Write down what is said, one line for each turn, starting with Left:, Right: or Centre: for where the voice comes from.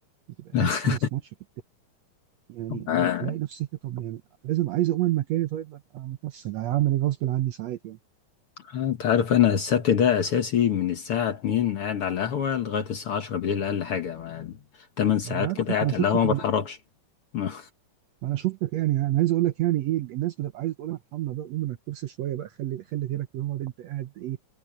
Right: بتبقى
Left: <laughs>
Right: قاعد تخلص ماتش في التاني يعني ببقى
Left: آه،
Right: الاقي نفسي كده طب يعني لازم عايز اقوم من مكاني طيب ببقى مكسل هعمل ايه غصب عني ساعات يعني
Left: انت عارف انا السبت ده اساسي من الساعه 2 قاعد على القهوه لغايه الساعه 10 بالليل اقل حاجه ما- 8 ساعات
Right: ما انا عارفك
Left: كده قاعد
Right: ما انا شفتك
Left: على القهوه ما
Right: ليه
Left: بتحركش <laughs> ما
Right: ما انا شفتك يعني يعني انا عايز اقول لك يعني ايه الناس بتبقى عايزه تقول لك ارحمنا بقى قوم من على الكرسي شويه بقى خلي خلي غيرك يقعد انت قاعد ايه